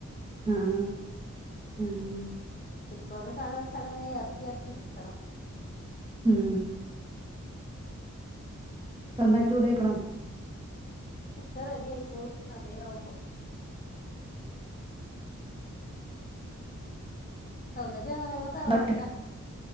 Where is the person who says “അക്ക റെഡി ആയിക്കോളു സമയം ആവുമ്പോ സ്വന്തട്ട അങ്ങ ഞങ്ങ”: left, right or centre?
Left